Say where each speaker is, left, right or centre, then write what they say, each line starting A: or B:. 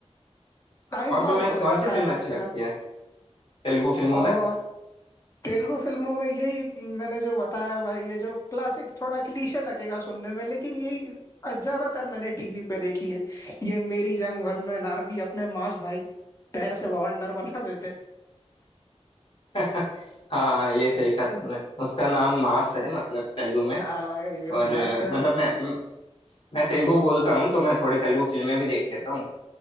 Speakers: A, on the left (about 30°); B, on the left (about 50°).
A: टाइम
B: और
A: पास
B: तुम्हें
A: तो हो
B: कौन
A: जाता
B: सी फिल्म
A: है कम
B: अच्छी
A: से
B: लगती
A: कम
B: है तेलुगु फिल्मों
A: और
B: में
A: तेलुगु फिल्मों में यही मैंने जो बताया भाई ये जो क्लासिक्स थोड़ा क्लीशे लगेगा सुनने में लेकिन यही ज्यादातर मैंने टीवी पे देखी है ये मेरी जंग वन में नारबी अपने मांस भाई पैर से बाउंडर बना देते हैं।
B: <laughs> हाँ ये सही कहा तुमने उसका नाम मास है मतलब तेलुगु में
A: आ, ये
B: और
A: बात
B: अ,
A: है भाई।
B: मतलब मैं म- मैं तेलुगु बोलता हूँ तो मैं थोड़े तेलुगु फिल्में भी देख लेता हूँ